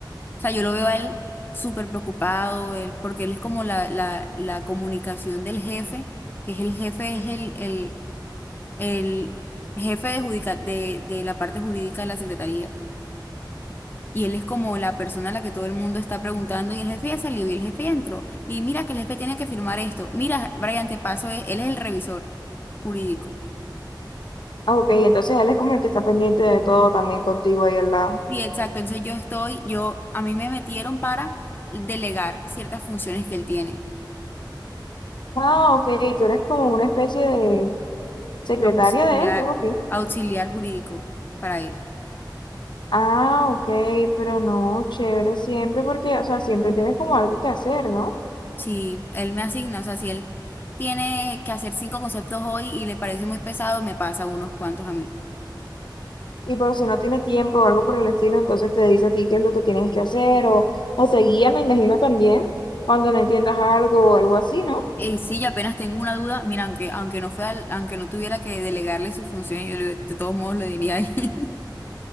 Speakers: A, on the left; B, on the left.
A: o sea, yo lo veo a él súper preocupado, él, porque él es como la, la, la comunicación del jefe, que es el jefe, es el, el, el jefe de, judica- de, de la parte jurídica de la secretaría. Y él es como la persona a la que todo el mundo está preguntando, y el jefe ya salió, y el jefe ya entró. Y mira que el jefe tiene que firmar esto. Mira, Brian, te paso, eh, él es el revisor jurídico.
B: ah, ok, entonces él es como el que está pendiente de todo también contigo ahí al lado.
A: Sí, exacto. Entonces yo estoy, yo, a mí me metieron para delegar ciertas funciones que él tiene,
B: Ah, ok, tú eres como una especie de secretaria
A: auxiliar,
B: de él, algo así.
A: auxiliar jurídico para él.
B: Ah, ok, pero no, chévere siempre porque, o sea, siempre tienes como algo que hacer, ¿no?
A: sí él me asigna, o sea, si él tiene que hacer cinco conceptos hoy y le parece muy pesado, me pasa unos cuantos a mí.
B: Y por si no tiene tiempo o algo por el estilo, entonces te dice a ti qué es lo que tienes que hacer o, o te guía, me imagino también, cuando no entiendas algo o algo así, ¿no?
A: Y sí, yo apenas tengo una duda, mira, aunque, aunque no fuera, aunque no tuviera que delegarle sus funciones, yo le- de todos modos lo diría ahí. <laughs>